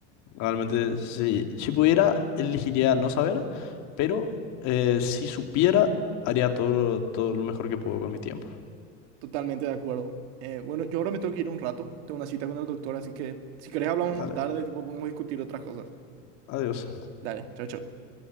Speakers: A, on the left; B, on the right.
A: Realmente, si, si pudiera, elegiría no saber, pero eh, si supiera, haría todo, lo- todo lo mejor que puedo con mi tiempo.
B: Totalmente de acuerdo. Eh, bueno, yo ahora me tengo que ir un rato. Tengo una cita con el doctor, así que si querés hablamos más
A: Dale,
B: tarde, tipo, podemos discutir otras cosas.
A: adiós.
B: Dale, chao, chao.